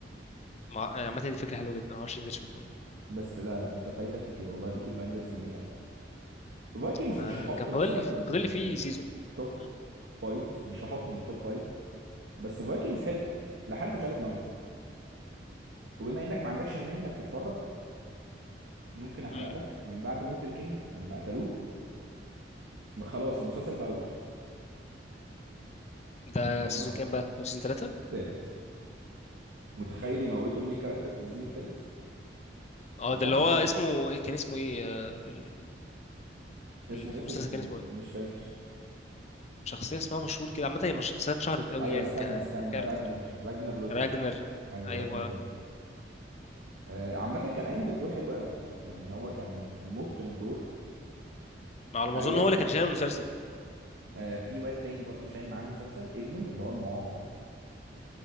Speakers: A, on the left; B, on the right.
A: مع عامه دي فكره حلوه جدا ما اعرفش ليه ما جاتش في دماغي
B: بس لا لا انت فايتك كتير والله بيكي بلايندرز جميل قوي فايكنجز
A: ما
B: مش هحطه
A: كان فاضل
B: مثلا
A: لي
B: من
A: كان فاضل
B: من
A: لي فيه
B: من
A: سيزون يعني
B: التوب
A: م-
B: فايف مش هحطه من التوب فايف بس فايكنجز حلو لحد تالت نايس وبما انك ما عندكش النية انك تتفرج ممكن احرق
A: م.
B: لك من بعد موت الكينج لما قتلوه م- خلاص المسلسل بوخ
A: ده
B: ان هو
A: في سيزون كام بقى؟ في سيزون ثلاثة؟
B: تالت متخيل يموتوا المين كاركتر في الزينو التالت
A: اه
B: بجد
A: ده اللي هو اسمه ايه كان اسمه ايه آه، في ال- في
B: اسمه
A: ال- في
B: ايه في
A: المسلسل
B: ال- في
A: كان
B: الم...
A: اسمه ايه؟
B: مش فاكر
A: شخصية اسمها مشهور كده عامة هي مش شخصية اتشهرت قوي
B: ايوه
A: يعني
B: استنى
A: ك...
B: استنى
A: ككاركتر
B: راجنر راجنر لوثبروك
A: راجنر
B: ايوه
A: أيوة
B: راجنر لوثبروك آه عامه كان قايم بالدور حلو قوي يعني هو كان كان متقن الدور
A: على
B: وعياله
A: ما أظن هو اللي كان شايل المسلسل
B: آه في واد تاني برضو شايل معاه المسلسل ابنه اللي هو المعاق